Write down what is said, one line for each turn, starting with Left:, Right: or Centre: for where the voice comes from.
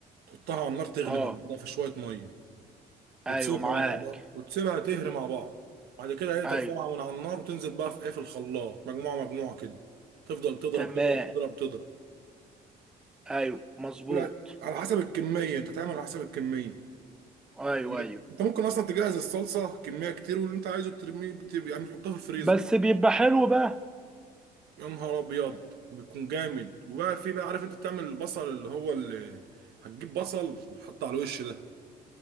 Right: تحطها على النار تغلي
Centre: اه
Right: مع بعضها في شويه ميه وتسيبها
Centre: ايوه معاك
Right: مع بعضها وتسيبها تهري مع بعض بعد كده هي ترفعها
Centre: ايوه
Right: من على النار وتنزل بقى في ايه في الخلاط مجموعه مجموعه كده تفضل تضرب
Centre: تمام
Right: تضرب تضرب تضرب
Centre: ايوه مظبوط
Right: تقول على حسب الكميه انت تعمل على حسب الكميه
Centre: ايوه
Right: يعني
Centre: ايوه
Right: انت ممكن اصلا تجهز الصلصه كميه كتير واللي انت عايزه بترميه بت- يعني تحطها في الفريزر
Centre: بس بيبقى حلو بقى
Right: يا نهار ابيض بيكون جامد وبقى في بقى عارف انت بتعمل البصل اللي هو اللي هتجيب بصل تحطه على الوش ده